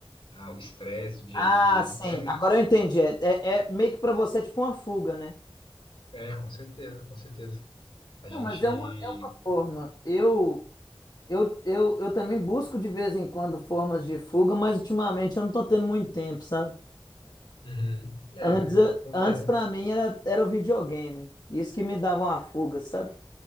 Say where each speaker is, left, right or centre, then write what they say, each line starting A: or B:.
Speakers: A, on the left; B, on the left.
A: ah, o estresse do dia
B: Ah,
A: a dia.
B: sim.
A: É,
B: Agora eu entendi. É, é, é meio que pra você é tipo uma fuga, né?
A: É, com certeza, com certeza. A gente.
B: Não, mas é uma, é uma forma. Eu, eu, eu, eu também busco de vez em quando formas de fuga, mas ultimamente eu não tô tendo muito tempo, sabe?
A: Uhum. É,
B: Antes, eu-
A: acontece.
B: antes para mim era, era o videogame. Isso que me dava uma fuga, sabe?